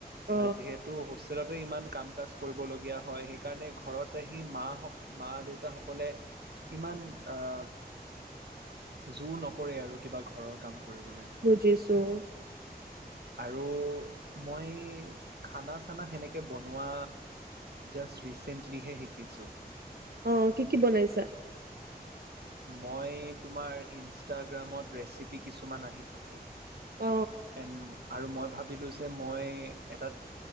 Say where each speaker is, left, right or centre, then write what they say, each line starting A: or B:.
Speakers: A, on the right; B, on the right.
A: অ
B: আৰু যিহেতু হোষ্টেলতে ইমান কাম কাজ কৰিবলগীয়া হয়, সেইকাৰণে ঘৰত আহি মাহ মা, দেউতাসকলে ইমান আ জোৰ নকৰে আৰু, কিবা ঘৰৰ কাম কৰিবলে।
A: বুজিছোঁ।
B: আৰু মই খানা চানা সেনেকে বনোৱা, জাষ্ট ৰিচেণ্টলিহে শিকিছোঁ।
A: অ', কি, কি বনাইছা?
B: মই তোমাৰ ইনষ্টাগ্ৰামত ৰেচেপি কিছুমান আহি থাকে।
A: অ
B: এন আৰু মই ভাবিলোঁ যে, মই এটাত